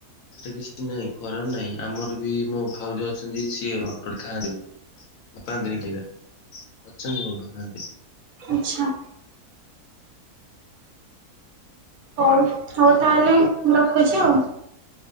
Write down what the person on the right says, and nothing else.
ଆଚ୍ଛା। ହଉ ହଉ ତାହେଲେ ମୁଁ ରଖୁଛି ଆଉ।